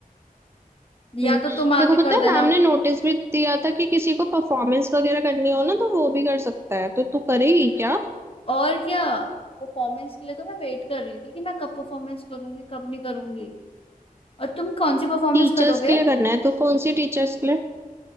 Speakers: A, on the left; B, on the right.
A: या
B: हम्म,
A: तो तुम आके
B: देखो पता
A: कर
B: है
A: देना
B: मैम ने नोटिस भी दिया था कि किसी को परफॉर्मेंस वगैरह करनी हो ना तो वो भी कर सकता है तो तू करेगी क्या
A: और क्या परफॉर्मेंस के लिए तो मैं वेट कर रही थी कि मैं कब परफॉर्मेंस करूंगी कब नहीं करूंगी और तुम कौन सी परफॉर्मेंस
B: टीचर्स
A: करोगे
B: के लिए करना है तो कौन सी टीचर्स के लिए